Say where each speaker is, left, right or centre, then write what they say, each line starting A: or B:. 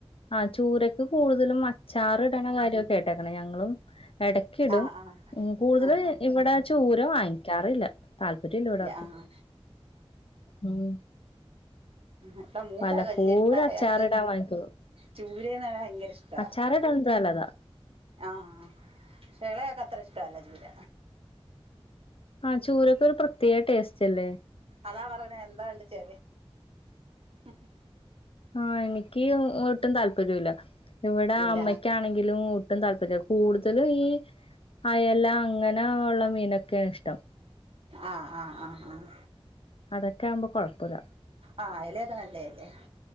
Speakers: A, on the left; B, on the right.
A: ആ ചൂരക്ക് കൂടുതലും അച്ചാറ് <unintelligible> കേട്ടേക്കാണേ ഞങ്ങളും എടക്ക് ഇടും
B: ആ ആ ആ
A: കൂടുതലും
B: ആ ആ
A: ഇവിടെ ച ചൂര വാങ്ങിക്കാറില്ല താല്പര്യം ഇല്ല ഇവിടെ ആർക്കും
B: ആ ആ
A: ഉം
B: അപ്പ മൂത്ത
A: വല്ലപ്പോഴും
B: കല്ല് ഇഷ്ട അയാൾക്ക്
A: അച്ചാറിടാൻ വാങ്ങിക്കുള്ളൂ
B: ചൂരേന്ന ഭയങ്കര ഇഷ്ടാ
A: അച്ചാറിടാൻ നല്ലതാ
B: ആഹ് പക്ഷേ എളെയാൾക്ക് അത്ര ഇഷ്ടല്ലാ ചൂര
A: ആ ചൂരക്ക് ഒരു പ്രത്യേക ടേസ്റ്റ് അല്ലേ
B: അതാ പറഞ്ഞേ എന്താ ണ്ടേ <unintelligible>
A: ആഹ് എനിക്ക് ഒട്ടും താല്പര്യൂല ഇവിടെ
B: ഇല്ല
A: അമ്മയ്ക്കാണെങ്കിലും ഊട്ടും താല്പര്യ കൂടുതലും ഈ അയല അങ്ങനെ ഉള്ള മീനൊക്കെയ ഇഷ്ടം
B: ആഹ് ആഹ് ആഹ് ആഹ്
A: അതൊക്കെ ആവുമ്പോ കൊഴുപ്പുല
B: ആഹ് അയല എക്ക നല്ലയല്ലേ